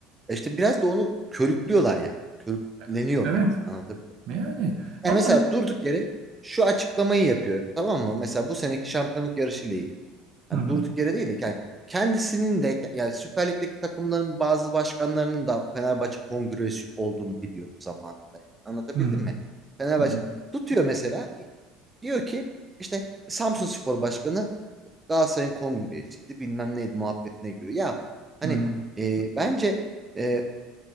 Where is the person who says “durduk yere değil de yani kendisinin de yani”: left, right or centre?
Right